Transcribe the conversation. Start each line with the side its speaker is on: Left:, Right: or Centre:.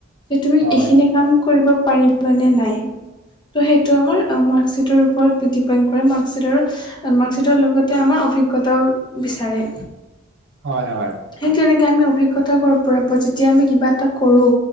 Left: এ তুমি
Right: হয়,
Left: এইখিনি কাম কৰিব পাৰিবা নে নাই? ত' সেইটো আমাৰ মাৰ্কশ্বিটৰ ওপৰত ডিপেণ্ড কৰে মাৰ্কশ্বিটৰ মাৰ্কশ্বিটৰ লগতে আমাৰ অভিজ্ঞতাও বিচাৰে।
Right: হয় হয়।
Left: ঠিক তেনেকৈ আমি অভিজ্ঞতা পৰা পৰা যেতিয়া আমি কিবা এটা কৰোঁ।